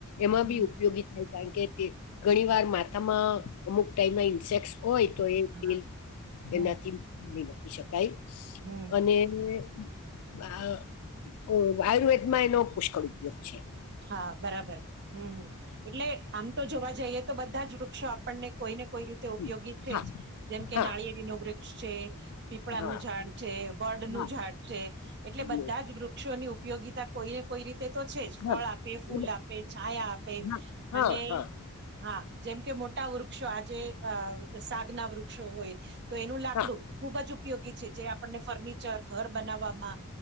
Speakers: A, on the left; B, on the right.
A: એમાં
B: હમ
A: બી ઉપયોગી થાય કારણ કે તે ઘણી વાર માથામાં અમુક ટાઈમમાં ઇન્સેકટસ હોય તો એ
B: હા.
A: તેલ
B: હમ
A: એનાથી નાખી શકાય
B: હમ.
A: <unintelligible> આયુર્વેદિક એનો પુષ્કળ ઉપયોગ છે.
B: હા બરાબર હમ હમ એટલે આમ તો જોવા જઈએ તો બધા જ વૃક્ષો આપણને કોઈ ને કોઈ રીતે
A: હમ.
B: ઉપયોગી છે
A: હા
B: જ. જેમ કે
A: હા
B: નાળિયેરી નો વૃક્ષ છે. પીપળાનું
A: હા
B: ઝાડ છે, વડ નું
A: હા
B: ઝાડ છે, એટલે બધા
A: હા
B: જ વૃક્ષોની ઉપયોગી કોઈને કોઈ રીતે તો છે જ
A: હા
B: ફળ આપે ફૂલ
A: એટલે-
B: આપે છાયા આપે
A: હા હા
B: અને
A: હા
B: હા જેમ કે મોટા વૃક્ષો આજે સાગ ના વૃક્ષો હોય તો એનું લાકડું
A: હા
B: ખુબ જ ઉપયોગી છે, જે આપણને ફર્નિચર, ઘર બનાવવામાં,